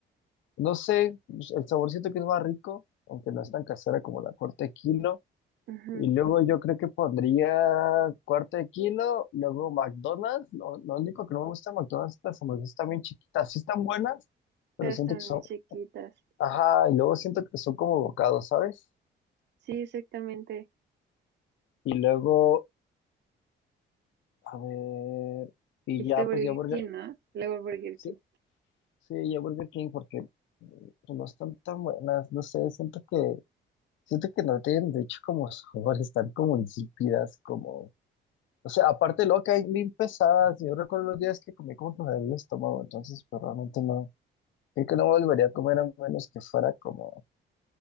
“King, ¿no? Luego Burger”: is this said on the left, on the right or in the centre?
Right